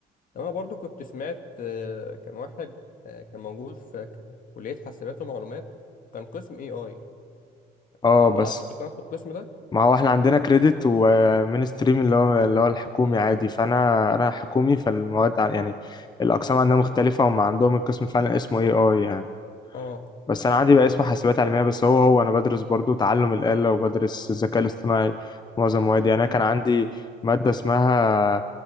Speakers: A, on the left (about 55°); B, on the left (about 25°).
A: انا برضو كنت سمعت آه، كان واحد آه، كان موجود في ك- كلية حاسبات ومعلومات كان قسم اي اي
B: اه
A: اهو ع-
B: بس
A: عندكم نفس القسم ده
B: ما هو احنا عندنا كريدت ومين ستريم اللي هو اللي هو الحكومي
A: امم
B: عادي فانا انا حكومي فالمواد ع- يعني الاقسام عندنا مختلفه هم عندهم القسم فعلا اسمه اي اي يعني
A: اه
B: بس انا عندي بقى اسمه حاسبات علميه بس هو هو انا بدرس برضو تعلم الاله وبدرس الذكاء الاصطناعي في معظم موادي يعني انا
A: امم
B: كان عندي ماده اسمها